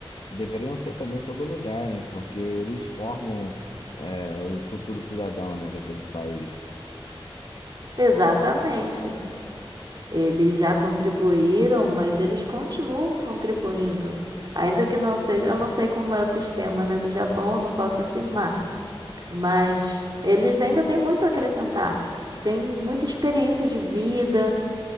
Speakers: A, on the left (about 65°); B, on the right (about 45°).
A: deveriam ser também em todo lugar, né? Porque eles formam é, o futuro cidadão, né, daquele país.
B: <laughs> Exatamente. Eles já contribuíram, mas eles continuam contribuindo. Ainda que não seja, eu não sei como é o sistema, né, do Japão, não posso afirmar, mas eles ainda têm muito a acrescentar. Tem muita experiência de vida.